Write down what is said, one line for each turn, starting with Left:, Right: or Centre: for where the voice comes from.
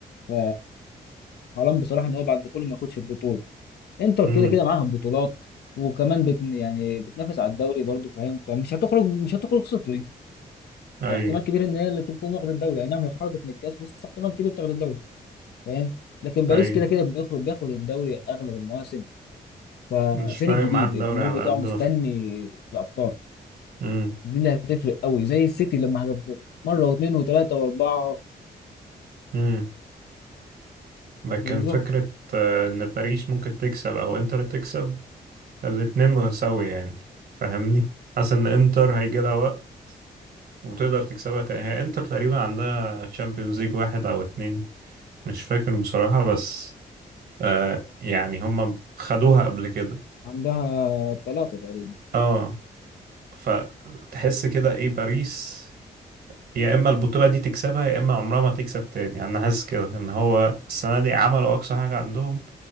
Left: ف حرام بصراحه ان هو بعد ده كله ما ياخدش البطوله انتر
Right: امم
Left: كده كده معاها بطولات وكمان بت يعني بتنافس على الدوري برضو فاهم فمش هتخرج مش هتخرج صفر
Right: اي
Left: يعني احتمال كبير ان هي اللي تكون واخده الدوري اي نعم هي خرجت من الكاس بس احتمال كبير تاخد الدوري فاهم لكن باريس
Right: اي
Left: كده كده بيخرج بياخد الدوري اغلب المواسم ففين
Right: مش فارق
Left: الجديد
Right: معاه الدوري
Left: الجمهور
Right: على
Left: بتاعه
Right: قد
Left: مستني
Right: ما ف...
Left: الابطال
Right: امم
Left: دي اللي هتفرق قوي زي السيتي لما هدفوا مره واثنين وثلاثه واربعه
Right: امم لكن
Left: بالظبط
Right: فكرة آه، ان باريس ممكن تكسب او انتر تكسب الاتنين متساوية يعني فاهمني حاسس ان انتر هيجي لها وقت وتقدر تكسبها تاني هي انتر تقريبا عندها تشامبيونز ليج واحد او اتنين مش فاكر بصراحة بس آه يعني هم خدوها قبل كده
Left: عندها ثلاثه تقريبا
Right: اه فتحس كده ايه باريس يا اما البطولة دي تكسبها يا اما عمرها ما تكسب تاني يعني انا حاسس كده ان هو السنة دي عملوا اقصى حاجة عندهم